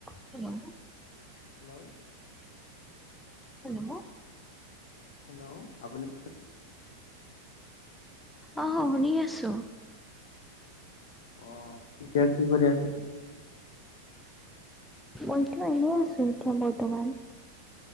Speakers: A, in the centre; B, on the left.
A: <inaudible>
B: Hello
A: hello
B: hello আপুনি-
A: অ', শুনি আছো।
B: অ', এতিয়া কি কৰি আছে?
A: মইতো এনেই আছো এতিয়া বৰ্তমান।